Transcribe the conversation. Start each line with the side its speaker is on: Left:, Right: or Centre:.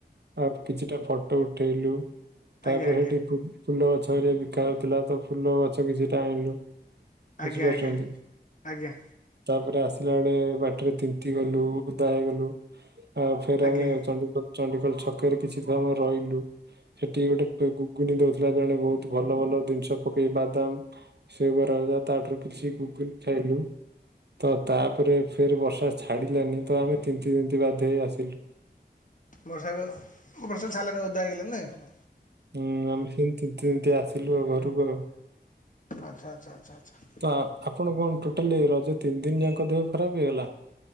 Right: ଆଉ କିଛିଟା ଫଟୋ ଉଠେଇଲୁ ତାପରେ
Left: ଆଜ୍ଞା ଆଜ୍ଞା
Right: ହେଠି ଫୁଲ ଗଛ ବିକା ହଉଥିଲା ତ ଫୁଲ ଗଛ କିଛିଟା ଆଣିଲୁ।
Left: ଆଜ୍ଞା
Right: ବୁଝିପାରୁଛନ୍ତି?
Left: ଆଜ୍ଞା ଆଜ୍ଞା
Right: ତାପରେ ଆସିଲା ବେଳେ ବାଟରେ ତିନ୍ତି ଗଲୁ ଓଦା ହେଇଗଲୁ। ଆ ଫେରେ
Left: ଆଜ୍ଞା
Right: ଆମେ
Left: ଆଜ୍ଞା।
Right: ଚଣ୍ଡିଖୋଲ ଚଣ୍ଡିଖୋଲ ଛକରେ କିଛି ସମୟ ରହିଲୁ ସେଠିକି ଗୋଟେ ଘୁଗୁନି ଦୋଉ ଥିଲା ଜଣେ ବହୁତ ଭଲ ଭଲ ଜିନିଷ ପକେଇ ବାଦାମ ସେ କର ତାଠାରୁ କିଛି ଘୁଗୁନି ଖାଇଲୁ। ତ ତାପରେ ଫେରେ ବର୍ଷା ଛାଡ଼ିଲାନି ତ ଆମେ ତିନ୍ତିତିନ୍ତି ବାଧ୍ୟ ହେଇ ଆସିଲୁ। <inaudible>
Left: ବର୍ଷା ନଓଉ ବ ବର୍ଷା ଛାଲାନି ଓଦା ହେଇଗଲେନି ନାଇଁ?
Right: ହୁଁ ଆମେ ସେମତି ତିନ୍ତି ତିନ୍ତି ଆସିଲୁ ଆଉ ଘରୁକୁ ଆଉ।
Left: ଆଚ୍ଛା ଆଚ୍ଛା ଆଚ୍ଛା ଆଚ୍ଛା।
Right: ତ ଆପଣ କଣ ଟୋଟାଲି ରଜ ତିନି ଦିନ ଯାକ ଦେହ ଖରାପ ହେଇଗଲା?